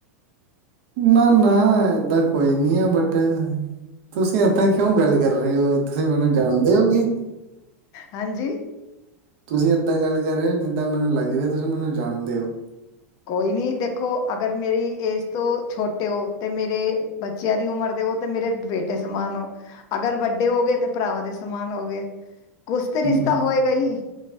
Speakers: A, on the right; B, on the left.
A: ਨਾ ਨਾ ਏਦਾਂ ਕੋਈ ਨੀ ਆ ਬਟ ਤੁਸੀਂ ਏਦਾਂ ਕਿਉਂ ਗੱਲ ਕਰ ਰਹੇ ਹੋ ਤੁਸੀਂ ਮੈਨੂੰ ਜਾਣਦੇ ਹੋ ਕੀ
B: ਹਾਂਜੀ
A: ਤੁਸੀਂ ਏਦਾਂ ਗੱਲ ਕਰ ਰਹੇ ਹੋ ਜਿੱਦਾਂ ਮੈਨੂੰ ਲੱਗ ਰਿਹਾ ਤੁਸੀਂ ਮੈਨੂੰ ਜਾਣਦੇ ਹੋ।
B: ਕੋਈ ਨਹੀ ਦੇਖੋ ਅਗਰ ਮੇਰੀ ਏਜ ਤੋਂ ਛੋਟੇ ਹੋ ਤੇ ਮੇਰੇ ਬੱਚਿਆਂ ਦੀ ਉਮਰ ਦੇ ਹੋ ਤੇ ਮੇਰੇ ਬੇਟੇ ਸਮਾਨ ਹੋ ਅਗਰ ਵੱਡੇ ਹੋ ਗਏ ਤਾਂ ਭਰਾਵਾਂ ਦੇ ਸਮਾਨ ਹੋ ਗਏ ਕੁਛ ਤੇ ਰਿਸ਼ਤਾ
A: ਹ
B: ਹੋਏਗਾ ਹੀ